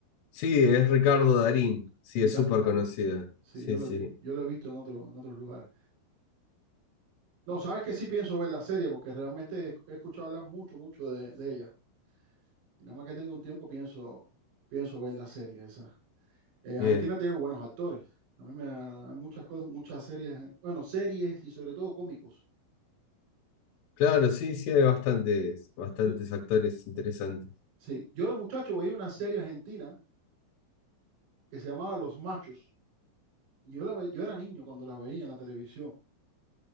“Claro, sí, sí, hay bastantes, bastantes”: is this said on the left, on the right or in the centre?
Left